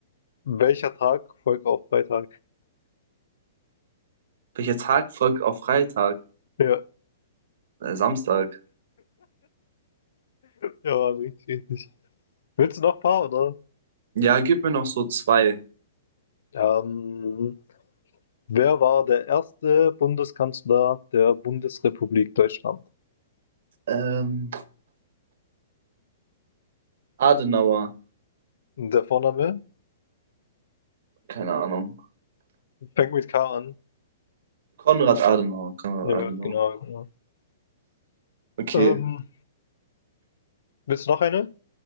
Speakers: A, on the left; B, on the right.
A: Welcher Tag folgt auf Freitag?
B: Welcher Tag folgt auf Freitag?
A: Ja,
B: Äh, Samstag.
A: ja, richtig, richtig. Willst du noch ein paar, oder?
B: Ja, gib mir noch so zwei.
A: Ähm, Wer war der erste Bundeskanzler der Bundesrepublik Deutschland?
B: Ähm, Adenauer,
A: Der Vorname
B: keine Ahnung.
A: fängt mit K an.
B: Konrad Adenauer, Konrad
A: Ja,
B: Adenauer.
A: genau, genau.
B: Okay.
A: Ähm, willst du noch eine?